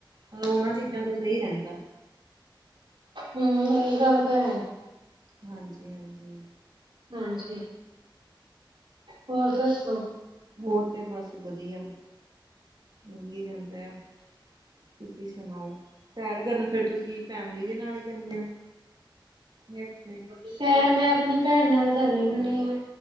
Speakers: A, on the right; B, on the right.
A: ਮਲਬ ਓਨਾਂ ਚੀਜ਼ਾਂ ਤੋਂ ਸਹੀ ਰਹਿੰਦਾ।
B: ਹੂੰ। ਏ ਗੱਲ ਤਾਂ ਹੈ।
A: ਹਾਂਜੀ ਹਾਂਜੀ।
B: ਹਾਂਜੀ। ਹੋਰ ਦੱਸੋ।
A: ਹੋਰ ਤੇ ਬਸ ਵਧੀਆ। ਲੰਘੀ ਜਾਂਦਾ ਆ। ਤੁਸੀ ਸੁਣਾਓ। ਸੈਰ ਕਰਨ ਫੇਰ ਤੁਸੀ ਫੈਮਿਲੀ ਦੇ ਨਾਲ ਜਾਨੇ ਓ? ਯਾਂ ਏਥੇ।
B: ਸੈਰ ਮੈਂ ਅਪਣੀ ਭੈਣ ਨਾਲ ਜਾਂਦੀ ਹੁੰਨੀ ਆਂ।